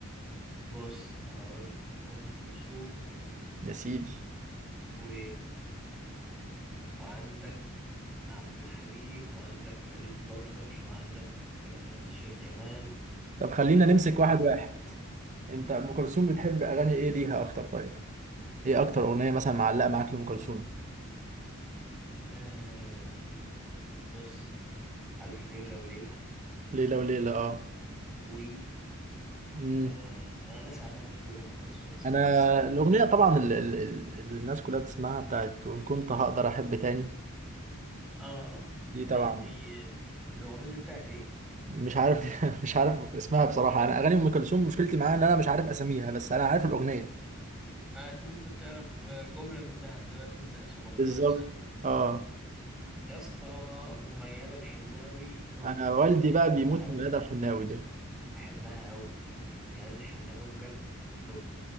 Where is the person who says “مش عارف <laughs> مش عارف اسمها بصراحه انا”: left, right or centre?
Right